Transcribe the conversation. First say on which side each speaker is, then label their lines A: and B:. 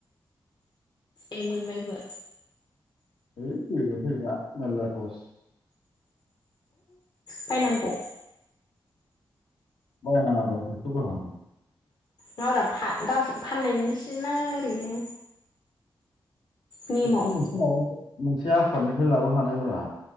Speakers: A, on the left; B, on the left.
A: ए मोनबायबो।
B: बै फैगौ फैगा मेरला <unintelligible> <unintelligible>
A: बायनांगौ
B: बाय नांआबा बिखौ <unintelligible>
A: नंआबा बा गाव फाननायनि सोना ओरैनो नेमाव
B: बिसोरो मोनसे म मोनसे आफादनिफ्राय लाबोखानाय ब्रा